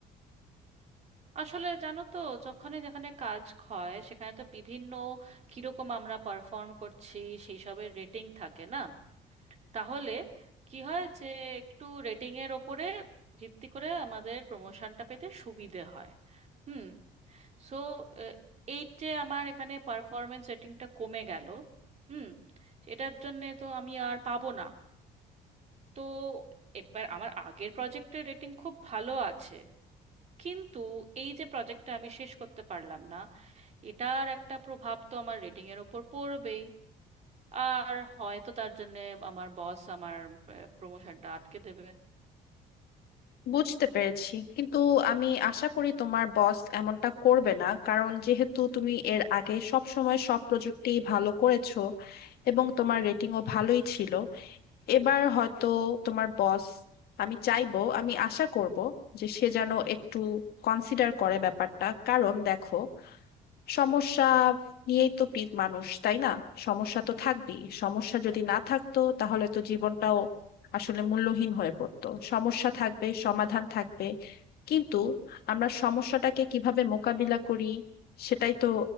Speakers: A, on the right; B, on the left.
A: আসলে জানো তো যখনই যেখানে কাজ হয় সেখানে তো বিভিন্ন কিরকম আমরা পারফর্ম করছি সেই সবের রেটিং থাকে না তাহলে কি হয় যে একটু রেটিংয়ের ওপরে ভিত্তি করে আমাদের প্রমোশনটা পেতে সুবিধে হয় হুম সো এইটে আমার এখানে পারফরমেন্স রেটিংটা কমে গেল হুম এটার জন্যে তো আমি আর পাবো না তো এবার আমার আগের প্রজেক্টের রেটিং খুব ভালো আছে কিন্তু এই যে প্রজেক্টটা আমি শেষ করতে পারলাম না এটার একটা প্রভাব তো আমার রেটিংয়ের ওপর পড়বেই আর হয়তো তার জন্যে আমার বস আমার প্রমোশনটা আটকে দেবে
B: বুঝতে পেরেছি কিন্তু আমি আশা করি তোমার বস এমনটা করবে না কারণ যেহেতু তুমি এর আগে সব সময় সব প্রজেক্টে ভালো করেছো এবং তোমার রেটিংও ভালোই ছিল এবার হয়তো তোমার বস আমি চাইবো আমি আশা করব যে সে যেন একটু কনসিডার করে ব্যাপারটা কারণ দেখো সমস্যা নিয়েই তো পি- মানুষ তাই না সমস্যা তো থাকবেই সমস্যা যদি না থাকতো তাহলে তো জীবনটাও আসলে মূল্যহীন হয়ে পড়তো সমস্যা থাকবে সমাধান থাকবে কিন্তু আমরা সমস্যাটাকে কিভাবে মোকাবিলা করি সেটাই তো